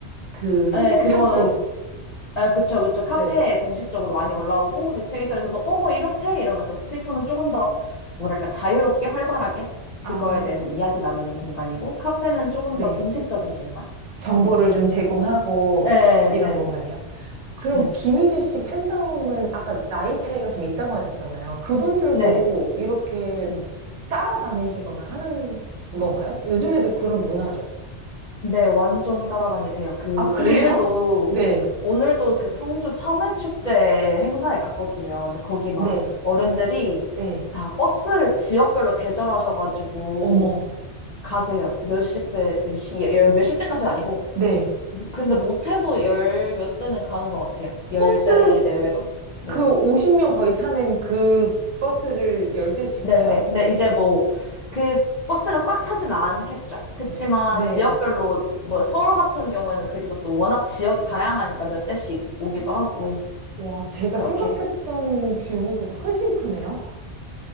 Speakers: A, on the right; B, on the left.
A: 그 소통
B: 아, 네, 그거는,
A: 창구.
B: 아, 그쵸, 그쵸. 카페에
A: 네.
B: 공식적으로 많이 올라오고, 이제 트위터에서도, 어, 뭐, 이렇대! 이러면서 트위터는 조금 더, 뭐랄까, 자유롭게, 활발하게, 그거에
A: 아,
B: 대해서 이야기 나누는 공간이고, 카페는 조금
A: 네.
B: 더 공식적인 공간인
A: 정보를
B: 것 같아요.
A: 좀 제공하고
B: 네,
A: 이- 이런
B: 네네.
A: 공간이요. 그럼
B: 네,
A: 김희지 씨 팬덤은 아까 나이 차이가 좀 있다고 하셨잖아요. 그분들도
B: 네,
A: 이렇게
B: 네.
A: 따라다니시거나 하는 건가요? 요즘에도 그런 문화죠.
B: 네, 완전 따라다니세요. 그,
A: 아, 그래요?
B: 오늘도,
A: 네.
B: 오늘도 그 성주 참외축제 행사에 갔거든요. 근데 거기 막
A: 네,
B: 어른들이
A: 네,
B: 다 버스를 지역별로 대절하셔가지고
A: 어머.
B: 가세요. 몇십 대, 시- 열 몇십 대까지는 아니고.
A: 네.
B: 근데 못해도 열몇 대는 가는 것 같아요. 열대
A: 버스
B: 내외로. 네.
A: 그 50명 거의 타는 그 버스를 10대씩
B: 네네.
A: 가요?
B: 근데 이제 뭐, 그 버스가 꽉 차진 않겠죠? 그치만
A: 네, 네,
B: 지역별로, 뭐, 서울 같은 경우에는 그리고 또 워낙 지역이 다양하니까 몇 대씩 오기도 하고,
A: 와, 제가
B: 그렇게.
A: 생각했던 규모보다 훨씬 크네요.